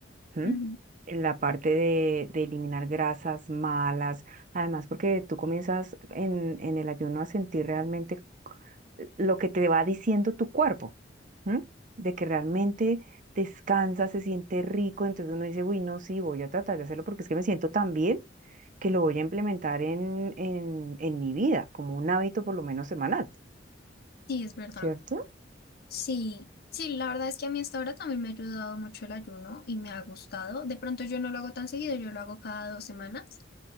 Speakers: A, on the right; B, on the left.
A: ¿m?
B: ujú.
A: en la parte de, de eliminar grasas malas, además porque tú comienzas en, en el ayuno a sentir realmente lo que te va diciendo tu cuerpo, ¿m? de que realmente descansa, se siente rico, entonces uno dice, uy, no, sí, voy a tratar de hacerlo porque es que me siento tan bien que lo voy a implementar en, en, en mi vida, como un hábito por lo menos semanal,
B: sí, es verdad.
A: cierto
B: Sí, sí, la verdad es que a mí hasta ahora también me ha ayudado mucho el ayuno y me ha gustado. De pronto yo no lo hago tan seguido, yo lo hago cada dos semanas.